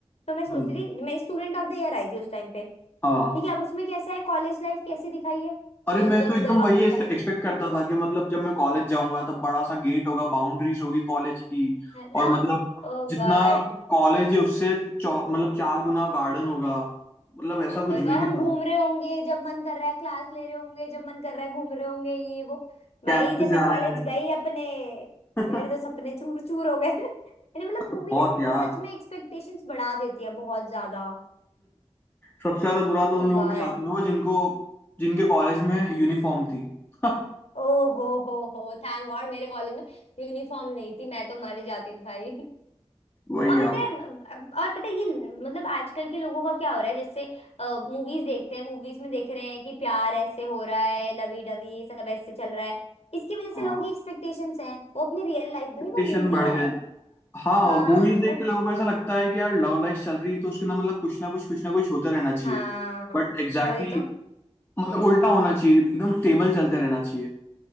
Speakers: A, on the left; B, on the left.
A: तो मैं सोचती
B: हम्म,
A: थी मैं स्टूडेंट ऑफ द ईयर आई थी उस टाइम पे
B: हाँ
A: ठीक है अब उसमें कैसा है कॉलेज लाइफ कैसी दिखाई है
B: अरे
A: एकदम
B: मैं तो एकदम
A: दरवाजा
B: वही एक्सपेक्ट करता था कि मतलब जब मैं कॉलेज जाऊंगा तब बड़ा सा गेट होगा बाउंड्रीज होगी कॉलेज की
A: है ना
B: और मतलब
A: ओ
B: जितना
A: गॉड
B: कॉलेज है उससे चौ, मतलब चार गुना गार्डन होगा मतलब ऐसा कुछ
A: वही
B: भी
A: तो और
B: नहीं
A: हम
B: था
A: घूम रहे होंगे जब मन कर रहा है क्लास ले रहे होंगे जब मन कर रहा है घूम रहे होंगे ये वो भाई
B: कैंपस
A: जब मैं
B: जा
A: कॉलेज
B: रहे हैं
A: गई अपने
B: <laughs>
A: मेरे तो सपने चूर चूर हो गए <laughs> मैंने मतलब मूवीज
B: बहुत यार
A: सच
B: <laughs>
A: में एक्सपेक्टेशंस बढ़ा देती है बहुत ज्यादा
B: सबसे ज्यादा बुरा तो
A: Oh
B: उन लोगों
A: God
B: के साथ में हुआ जिनको जिनके कॉलेज में यूनिफॉर्म थी <laughs>
A: ओ हो हो हो थैंक गॉड मेरे कॉलेज में यूनिफॉर्म नहीं थी मैं तो मर ही जाती भाई
B: वही
A: और
B: यार
A: पता है और पता है ये मतलब आजकल के लोगों का क्या हो रहा है जैसे मूवीज देखते हैं मूवीज में देख रहे हैं कि प्यार ऐसे हो रहा है लवी डवी सब ऐसे चल रहा है इसकी वजह से
B: हाँ
A: लोगों की एक्सपेक्टेशंस हैं वो अपनी रियल लाइफ भाई
B: expectation
A: वो मूवी
B: बढ़
A: है
B: गए हाँ
A: हाँ
B: मूवीज देख
A: बट
B: के लोगों को ऐसा लगता है कि यार लव लाइफ चल रही है तो उसके अंदर मतलब कुछ ना कुछ कुछ ना कुछ होता रहना चाहिए
A: हाँ
B: बट एग्जैक्टली
A: वही
B: exactly,
A: तो
B: मतलब उल्टा होना चाहिए एकदम स्टेबल चलते रहना चाहिए